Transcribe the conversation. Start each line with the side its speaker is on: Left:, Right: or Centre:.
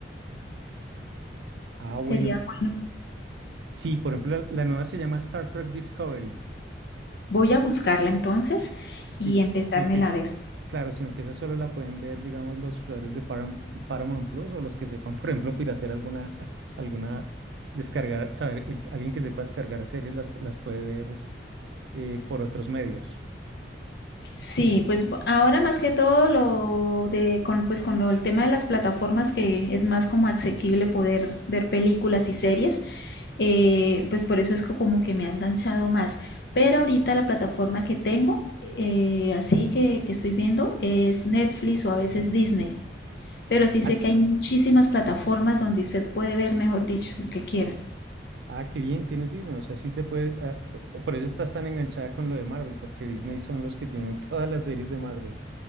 Right: Ah,
Left: Sería
Right: bueno,
Left: bueno.
Right: sí, por ejemplo, la, la nueva se llama Star Trek Discovery.
Left: Voy a buscarla entonces y
Right: Sí,
Left: empezármela
Right: sino que es,
Left: a ver.
Right: claro, sino que esa solo la pueden ver, digamos, los usuarios de Param- Paramount Plus o los que sepan, por ejemplo, piratear alguna, <laughs> alguna, descargar, saber, el- alguien que sepa descargar series las, las puede ver eh, por otros medios.
Left: Sí, pues bu- ahora más que todo lo de con, pues con lo, el tema de las plataformas que es más como asequible poder ver películas y series, eh, pues por eso es co- como que me ha enganchado más. Pero ahorita la plataforma que tengo, eh, así que, que estoy viendo, es Netflix o a veces Disney. Pero sí
Right: Ah,
Left: sé que hay muchísimas plataformas donde usted puede ver, mejor dicho, lo que quiera.
Right: Ah, qué bien, tienes Disney. O sea, sí te puede. ah, p- por eso estás tan enganchada con lo de Marvel, porque Disney son los que tienen <laughs> todas las series de Marvel.